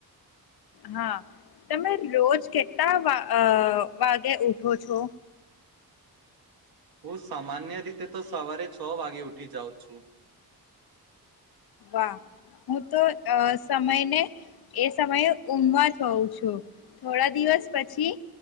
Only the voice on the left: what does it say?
હા, તમે રોજ કેટલા વા અહ વાગે ઉઠો છો?
હા, હું તો અહ સમયને એ સમયે ઊંઘમાંજ હોઉં છું. હમ્મ. થોડા દિવસ પછી